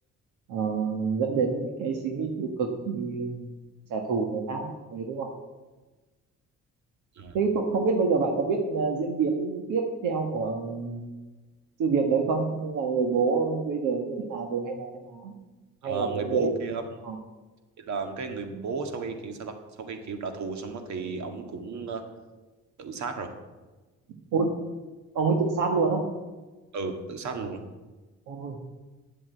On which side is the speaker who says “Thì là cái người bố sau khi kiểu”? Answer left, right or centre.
Right